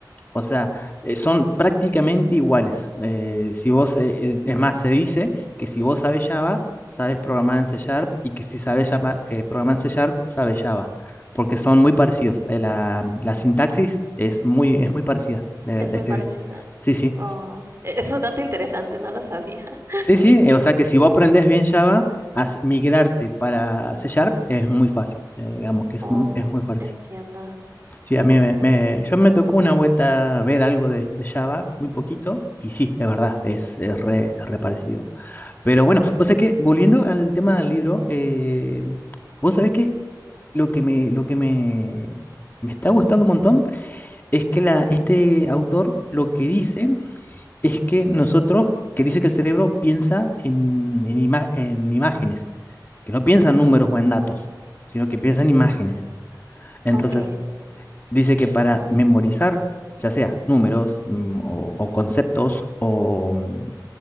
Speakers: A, on the left; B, on the right.
A: O sea, eh, son prácticamente iguales. Eh, si vos, eh, eh, es más, se dice que si vos sabes Java, sabes programar en C Sharp y que si sabes llama- eh, programar en C Sharp, sabes Java, porque son muy parecidos. Eh, la, la sintaxis es muy, es muy parecida de,
B: Es
A: de
B: muy
A: escribir.
B: parecida.
A: Sí, sí.
B: Oh, es un dato interesante, no lo sabía.
A: Sí, sí. eh, o sea que si vos aprendés bien Java, as- migrarte para C Sharp es muy fácil. Eh, digamos que es
B: Oh,
A: muy, es muy fácil.
B: entiendo.
A: Sí, a mí me, me- yo me tocó una vuelta ver algo de, de Java, muy poquito, y sí, es verdad, es, es re, es re parecido. Pero bueno, vos sabés que, volviendo al tema del libro, eh, vos sabés que lo que me, lo que me, me está gustando un montón es que la, este autor lo que dice es que nosotros, que dice que el cerebro piensa en, en, ima- en imágenes, que no piensa en números o en datos, sino que piensa en imágenes. Entonces,
B: Ok.
A: Dice que para memorizar, ya sea números mm, o, o conceptos o, mm,